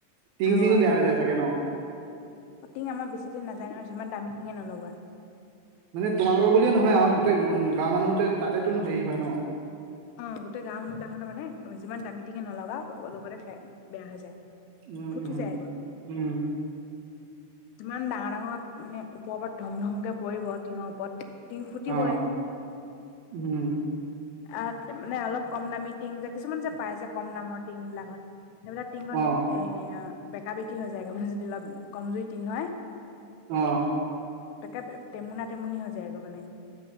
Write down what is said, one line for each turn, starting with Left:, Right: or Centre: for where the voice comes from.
Right: টিং
Left: আৰু
Right: চিঙো বেয়া হৈ যায় চাগে ন
Left: টিং আমাৰ বেছি জি নেজায় মানে যিমান দামী টিংঙে নলগোৱা
Right: মানে তোমালোকৰ বুলিয়ে নহয়, আৰু গোটেই উম গাঁৱৰ মানুহতে তাতেতো নো হেৰি হয় ন
Left: অ গোটেই গাও মানুহ বিলাকখনৰ মানে যিমান দামী টিঙি নলগাও লগতে খ বেয়া হৈ যায়
Right: উম,
Left: ফুটি
Right: উম,
Left: যায়
Right: উম
Left: ইমান ডাঙৰ- ডাঙৰ মানে ওপৰ -ওপৰত ধুম ধুমকে পৰিব টিঙৰ ওপৰত টিং ফুটিবই
Right: অ উম
Left: আহ', মানে অলপ কম দামী টিং যে কিছুমান যে পাই যে কম দামৰ টিং বিলাক হয়াত সেইবিলাক টমান
Right: অ
Left: এ', বেকা বেকি হৈ যায় মানে যদি অলপ কমজুৰি টিঙ হয়।
Right: আহ',
Left: তাকে টেমুনা টেমুনি হৈ যায়গৈ মানে।